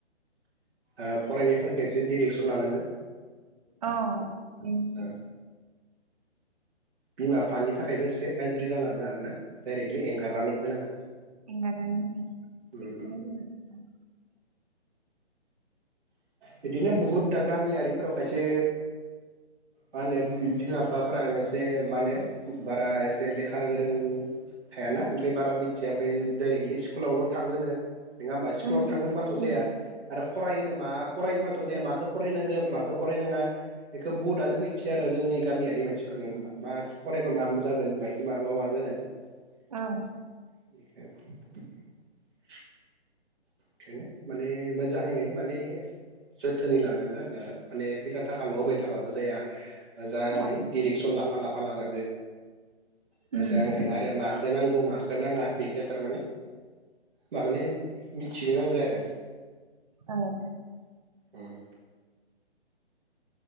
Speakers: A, on the right; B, on the right.
A: ओ फरायनायफोरखौ एसे डिरेक्सन लानांगो
B: औ बेस
A: ओ बिमा बिफानि थाखायबो एसे गाज्रि जालाङो आरोना डायरेक्टलि एंगारनानै होनाङा
B: <unintelligible>
A: उम उम बिदिनो बहुद दा गामियारिफोराव खायसे मा होनो बिमा बिफाफोरा एसे मा होनो बारा एसे लेखा गोरों थायाना ओमफ्राय बारा मिथिया ओमफ्राय डायरेक्टलि स्कुलावल' थाङोनो नङा होमबा सकुलाव
B: उम
A: थागोनबा थ' जाया
B: उम
A: आरो फरायोनो मा फरायनोबाथ' जाया मखौ फरायनांगौ माखौ फरायनाङा बेखौ बुडआनो मिथिया आरो जोंनि गामियारि मानसिफ्रा नङा होमबा माखि फरायबा मा जागोन मि माबाबा मा जागोन <unintelligible>
B: औ
A: बेखायनो माने मोजाङै माने जोथोनै लानांगौ आरो ना माने फैसा थाखाल' होबाय थाबाबो जाया मोजाङै
B: औ
A: डिरेक्सन ला लाफा लाफा लाङो मोजाङै
B: उम
A: आरो माख माखौ नांगौ माखौ नाङा बेखौ थारमाने माबानि मिथिनो नांगौ आरो।
B: ओं।
A: ओम।